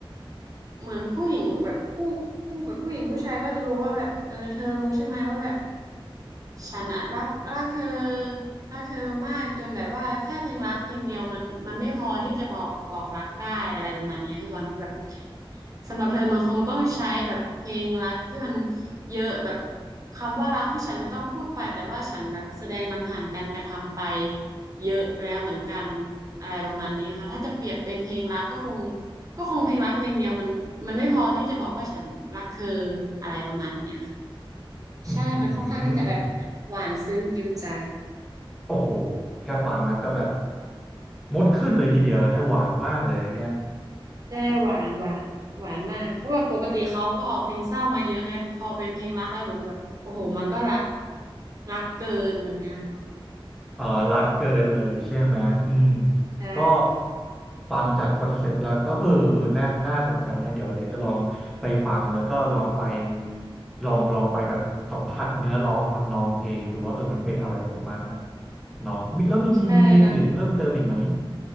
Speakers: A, on the right (about 40°); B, in the centre.
A: เหมือนผู้หญิงแบบคู่คู่แบบผู้หญิงผู้ชายก็จะรู้ว่าแบบเออเธอรู้ใช่ไหมว่าแบบฉันอะรักรักเธอรักเธอมากจนแบบว่าแค่เพลงรักเพลงเดียวมันมันไม่พอที่จะบอกบอกรักได้อะไรประมาณเนี้ยพี่บอลคือแบบสำหรับเธอมันคงต้องใช้แบบเพลงรักที่มันเยอะแบบคำว่ารักที่ฉันไม่ต้องพูดไปแต่ว่าฉันแบบแสดงมันผ่านการกระทำไปเยอะแล้วเหมือนกันอะไรประมาณนี้ค่ะถ้าจะเปรียบเป็นเพลงรักก็คง ก็คงเพลงรักเพลงเดียวมันมันไม่พอที่จะบอกว่าฉันรักเธออะไรประมาณเนี้ยค่ะ
B: อื
A: ใช่มันค่อนข้างที่จะแบบ
B: ม
A: หวานซึ้งกินใจ
B: โอ้โหแค่ฟังแล้วก็แบบมดขึ้นเลยทีเดียวได้หวานมากเลยนะเนี่ย
A: ใช่หวานหวานหวานมากเพราะว่าปกติเขาก็ออกเพลงเศร้ามาเยอะไงพอเป็นเพลงรักแล้วหนูก็แบบโอ้โหมันก็รักรักเกินแบบเนี้ยค่ะ
B: เอ่อรักเกินเลยใช่ไหมอืม
A: ใช่
B: ก็ฟังจากคอนเซปต์แล้วก็เออเออน่าน่าสนใจนะเดี๋ยวเดี๋ยวจะลองไปฟังแล้วก็ลองไปลองลองไปแบบสัมผัสเนื้อร้องทำนองเพลงดูว่าเออมันเป็นอะไรประมาณไหนเนาะมีแล้วมีมีมีเพลงอื่นเพิ่มเติมอีกไหม
A: ใช่แล้ว